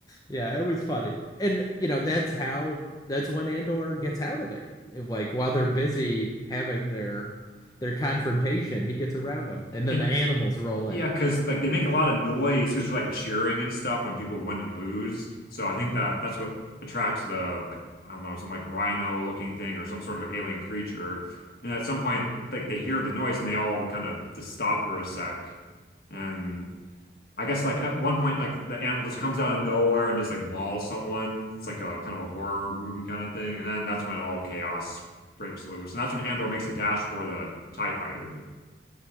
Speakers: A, on the left; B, on the left.
A: yeah, it was funny. And you know, that's how that's when Andor gets out of there. Like while they're busy having their their confrontation, he gets around them, and
B: And
A: then the animals roll
B: Yeah,
A: in.
B: because like they make a lot of noise because they're like cheering and stuff when people win and lose. So I think
A: hmm
B: that that's what attracts the like I don't know some like rhino looking thing or some sort of alien creature. And at some point,
A: hmm
B: like they hear the noise and they all kind of just stop for a sec. And I guess like at one point, like the animal just comes out of nowhere and just like mauls someone. It's like a kind of a horror movie kind of thing. And then that's when all chaos breaks loose. And that's when Andor makes a dash for the TIE fighter,